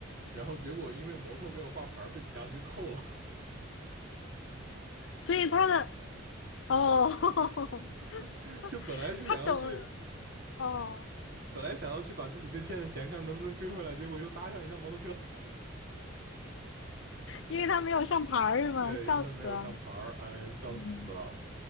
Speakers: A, on the right; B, on the left.
A: 然后结果因为摩托没有挂牌儿被警察局扣了。
B: 所以他的哦，<laughs>
A: <laughs> 就本来是想要去
B: 他懂了哦，
A: 本来想要去把自己被骗的钱看能不能追回来，结果又搭上一辆摩托车。
B: 因为他没有上牌儿是吗？
A: <laughs> 对，
B: 笑死了。
A: 因为他没有上牌儿，哎，笑死了
B: 嗯。